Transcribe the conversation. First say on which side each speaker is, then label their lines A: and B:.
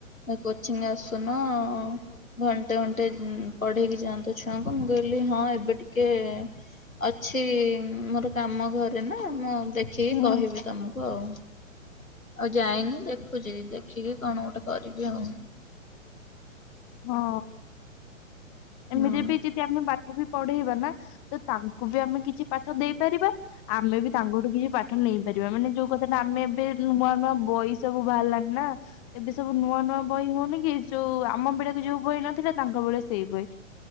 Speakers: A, on the left (about 90°); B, on the left (about 25°).
A: ହେ କୋଚିଂ ଆସୁନ ଘଣ୍ଟେ ଘଣ୍ଟେ ପଢେଇକି ଯାଆନ୍ତ ଛୁଆଙ୍କୁ ମୁ ମୁଁ କହିଲି ହଁ ଏବେ ଟିକେ ଅଛି ମୋର କାମ ଘରେ ନା ମୋ ଦେଖିକି
B: ହୁଁ
A: କହିବି ତମକୁ ଆଉ। ଆଉ ଯାଇନି ଦେଖୁଛି ଦେଖିକି କଣ ଗୋଟେ କରିବି ଆଉ
B: ହଁ
A: ହୁଁ
B: ଏମିତି ବି ଯଦି ଆମେ ପାଠ ବି ପଢେଇବା ନା ତ ତାଙ୍କୁ ବି ଆମେ କିଛି ପାଠ ଦେଇପାରିବା ଆମେ ବି ତାଙ୍କଠୁ କିଛି ପାଠ ନେଇ ପାରିବା ମାନେ ଯୋଉ କଥା ଟା ଆମେ ଏବେ ନୂଆ ନୂଆ ବହି ସବୁ ବାହାରିଲାନଣି ନା ଏବେ ସବୁ ନୂଆ ନୂଆ ବହି ହଉନି କି ଯୋଉ ଆମ ବେଳେ ଯୋଉ ବହି ନଥିଲା ତାଙ୍କ ବେଳେ ସେଇ ବହି